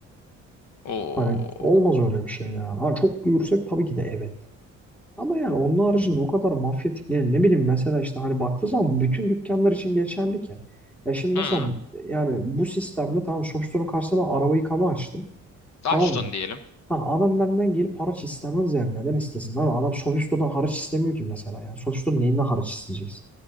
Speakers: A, on the left (about 65°); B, in the centre.
A: Oo.
B: Hani olmaz öyle bir şey ya. Ha çok büyürsek tabii ki de evet. Ama yani onun haricinde o kadar mafyatik yani ne bileyim mesela işte hani baktığı zaman bütün dükkanlar için geçerli ki. Ya şimdi mesela
A: Hı.
B: yani bu sistemde tamam Shopstone'un karşısına ben araba yıkama açtım.
A: Açtın
B: Tamam mı?
A: diyelim.
B: Ha, adam benden gelip haraç istemez yani neden istesin abi? Adam Shopstone'dan haraç istemiyor ki mesela yani. Shopstone neyinden haraç isteyeceksin?